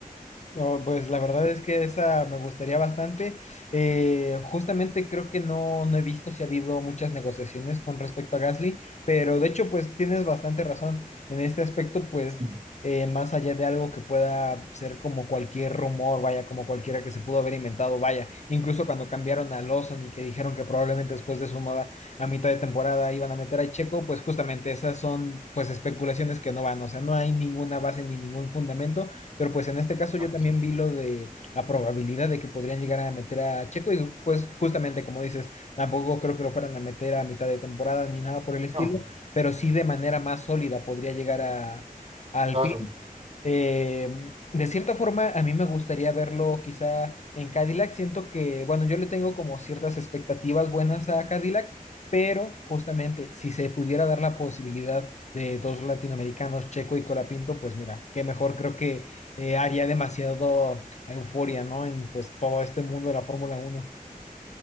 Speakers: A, on the left (about 50°); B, on the right (about 40°).
A: No, pues la verdad es que esa me gustaría bastante. Eh, justamente creo que no, no he visto si ha habido muchas negociaciones con respecto a Gasly, pero de hecho pues tienes bastante razón en este aspecto, pues
B: Sí,
A: eh, más allá de algo que pueda ser como cualquier rumor, vaya, como cualquiera que se pudo haber inventado, vaya, incluso cuando cambiaron a Lawson y que dijeron que probablemente después de su noda a mitad de temporada iban a meter a Checo, pues justamente esas son pues especulaciones que no van, o sea, no hay ninguna base ni ningún fundamento. Pero pues en este caso yo
B: no, no,
A: también vi lo de la probabilidad de que podrían llegar a meter a Checo y pues justamente como dices, tampoco creo que lo fueran a meter a mitad de temporada ni nada por el estilo,
B: no,
A: pero sí de manera más sólida podría llegar a, al
B: claro.
A: P eh, de cierta forma, a mí me gustaría verlo quizá en Cadillac. Siento que, bueno, yo le tengo como ciertas expectativas buenas a Cadillac, pero justamente si se pudiera dar la posibilidad de dos latinoamericanos, Checo y Colapinto, pues mira, qué mejor. Creo que eh, haría demasiado euforia, ¿no? En pues todo este mundo de la Fórmula uno